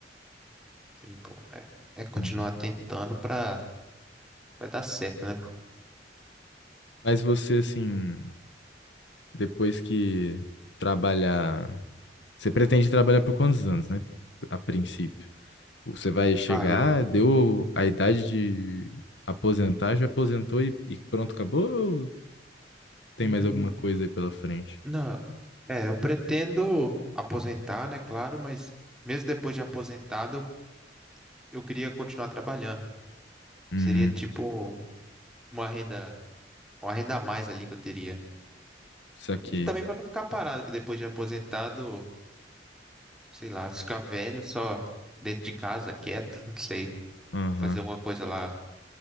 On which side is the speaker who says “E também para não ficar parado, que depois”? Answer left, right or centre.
Centre